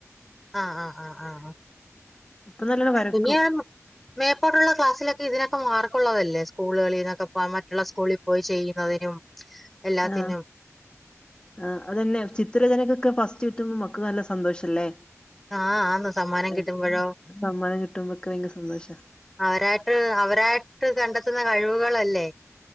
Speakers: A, in the centre; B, on the left.
A: ആഹ് ആഹ് ആഹ് ആഹ് ആഹ്
B: ഇപ്പൊ നല്ലോണം വരക്കും
A: ഇനിയാം മേപ്പൊട്ടുള്ള ക്ലാസിലക്കെ ഇതിനക്കെ മാർക്കുള്ളതല്ലേ സ്കൂളുകളിന്നൊക്കെ പോം മറ്റുള്ള സ്കൂളി പോയി ചെയ്യുന്നതിനും എല്ലാത്തിനും
B: ആഹ് ആഹ് അതന്നെ ചിത്രരചനകക്കെ ഫസ്റ്റ് കിട്ടുമ്പം മക്കക്ക് നല്ല സന്തോഷല്ലേ
A: ആഹ് ആന്ന് സമ്മാനം
B: ഏഹ്
A: കിട്ടുമ്പോഴോ
B: സമ്മാനം കിട്ടുമ്പോക്കെ ഭയങ്കര സന്തോഷാ
A: അവരായിട്ട് അവരായിട്ട് കണ്ടെത്തുന്ന കഴിവുകളല്ലെ